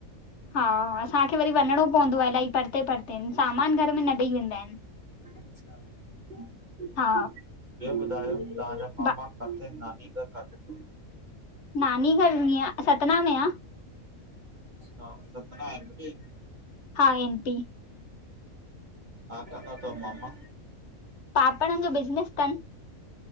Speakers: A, on the left; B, on the right.
A: हा असांखे वरी वञिणो पवंदो आहे अलाही परते परते सामान घर में न ॾेई वेंदा आहिन।
B: अच्छा ब्यो
A: हा
B: ॿुधायो। तांजा मामा
A: ब
B: काथे नानी घर काथे? अथव?
A: नानी घर हुंदी आ सतना में आह।
B: अच्छा सतना एम पी।
A: हा, एम् पी।
B: हा, त काथो मामा।
A: पापड़न जो बिज़नेस ठन।